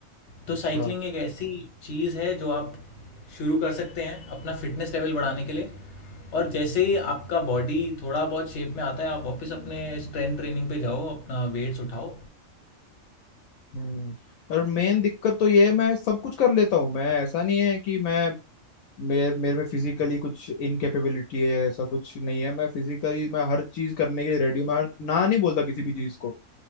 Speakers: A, on the left; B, on the left.
A: तो
B: अच्छा
A: साइकिलिंग एक ऐसी चीज़ है जो आप शुरू कर सकते हैं अपना फिटनेस लेवल बढ़ाने के लिए और जैसे ही आपका बॉडी थोड़ा बहुत शेप में आता है आप वापस अपने स्ट्रेंथ ट्रेनिंग पे जाओ अपना वेट्स उठाओ
B: हम्म और मेन दिक्कत तो ये है मैं सब कुछ कर लेता हूँ मैं ऐसा नहीं है कि मैं मेरे मेरे में फिजिकली कुछ इनकेपेबिलिटी है ऐसा कुछ नहीं है मैं फिजिकली मैं हर चीज करने के लिए रेडी हूँ मैं हर ना नहीं बोलता किसी भी चीज को